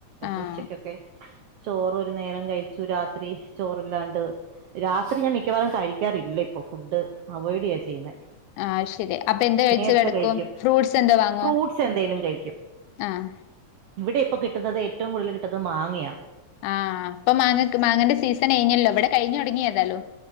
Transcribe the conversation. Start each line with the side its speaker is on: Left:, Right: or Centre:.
Left: ആഹ്
Right: ഉച്ചക്കൊക്കെ ചോറ ഒരു നേരം കഴിച്ചു രാത്രി ചോറില്ലാണ്ട് രാത്രി ഞാൻ മിക്കവാറും കഴിക്കാറില്ല ഇപ്പൊ ഫുഡ് അവോയ്ഡ് ചെയ്യാ ചെയ്യുന്നേ
Left: ആഹ് ശരി അപ്പൊ എന്ത കഴിച്ചു
Right: നേരത്തെ
Left: കിടക്കും
Right: കഴിക്കും
Left: ഫ്രൂട്ട്സ് എന്താ വാങ്ങോ
Right: ഫ്രൂട്ട്സ് എന്തേലും കഴിക്കും
Left: ആഹ്
Right: ഇവിടെ ഇപ്പൊ കിട്ടുന്നത് ഏറ്റവും കൂടുതൽ കിട്ടുന്നത് മാങ്ങയാ
Left: ആഹ് പ്പൊ മാങ്ങ മാങ്ങന്റെ സീസണിനല്ലോ ഇവിടെ കഴിഞ് തോടങ്ങി യെതാലും